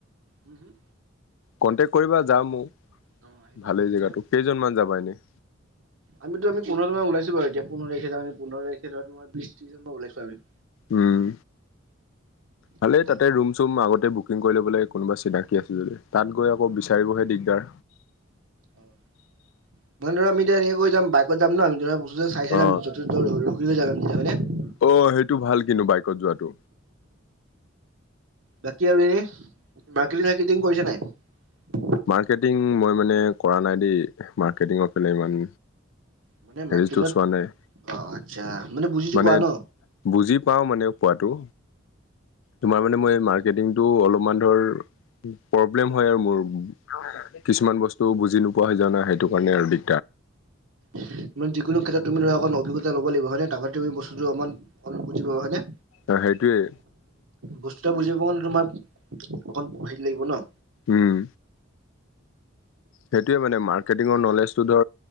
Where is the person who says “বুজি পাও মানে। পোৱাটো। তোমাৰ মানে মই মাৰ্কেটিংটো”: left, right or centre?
Left